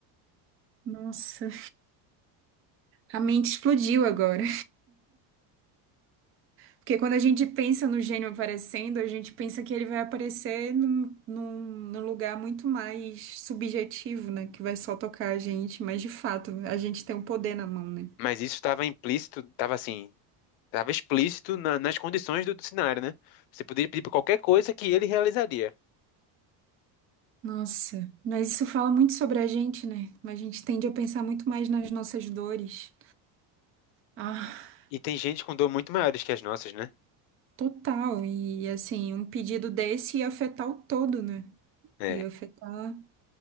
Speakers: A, on the right; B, on the left.
A: Nossa. A mente explodiu agora. Porque quando a gente pensa no gênio aparecendo, a gente pensa que ele vai aparecer num, num, num lugar muito mais subjetivo, né? Que vai só tocar a gente. Mas, de fato, a gente tem o poder na mão, né?
B: mas isso estava implícito, estava assim Estava explícito na- nas condições do, do cenário, né? Você poderia pedir para qualquer coisa que ele realizaria.
A: Nossa, mas isso fala muito sobre a gente, né? A gente tende a pensar muito mais nas nossas dores. Ah,
B: E tem gente com dor muito maiores que as nossas, né?
A: total. E assim, um pedido desse ia afetar o todo, né?
B: É,
A: Ia afetar